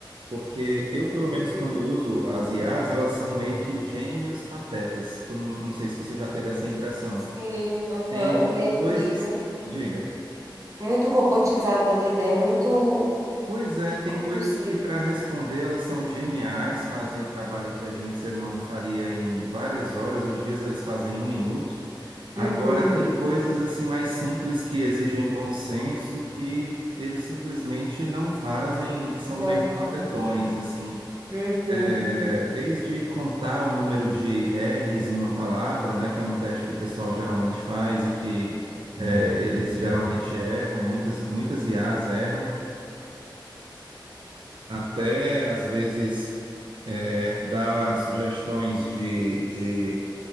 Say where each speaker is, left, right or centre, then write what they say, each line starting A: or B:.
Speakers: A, on the right; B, on the right.
A: Porque eu, pelo
B: Uhum.
A: menos, quando uso as IAs, elas são meio que gênios patetas. Tu, não não sei se você já teve essa impressão.
B: Sim, aham.
A: Tem
B: Meio
A: coisas.
B: que muito,
A: Diga.
B: muito robotizado ali, né? Muito,
A: Pois é, tem
B: ai,
A: coisas
B: não sei.
A: que para responder elas são geniais, fazem o trabalho que a gente, ser humano, faria em várias horas ou dias, eles fazem em um minuto. Agora
B: Uhum.
A: tem coisas assim mais simples que exigem bom senso que eles simplesmente não fazem e que são
B: Não
A: meio
B: faz.
A: patetões, assim.
B: Uhum.
A: É, desde contar o número de R's em uma palavra, né, que é um teste que o pessoal geralmente faz e que é, eles geralmente erram, muitas, muitas IAs erram até às vezes é, dar sugestões de, de,